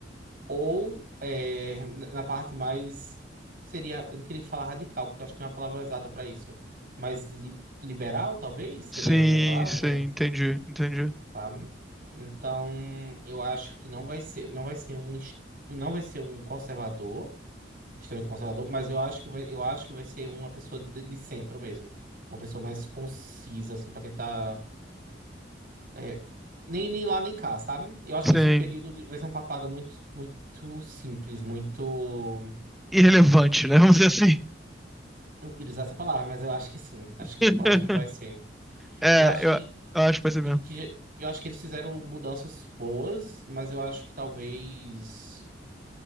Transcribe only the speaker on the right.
ou é, na na parte mais. Seria, eu não queria falar radical, porque eu acho que não é a palavra exata para isso. Mas li- liberal, talvez, seria
a melhor palavra?
sabe? Então, eu acho que não vai ser, não vai ser um, ex- não vai ser um conservador, extremamente conservador, mas eu acho que vai, eu acho que vai ser uma pessoa de, de centro mesmo, uma pessoa mais concisa assim para tentar é, nem nem lá nem cá, sabe? Eu acho
que vai ser um período, de- vai ser um papado muito muito simples, muito
eu não queria usar essa palavra, mas eu acho que sim, acho que
o próximo vai ser.
Eu acho
que,
que,
que eu acho que eles fizeram mudanças boas, mas eu acho que talvez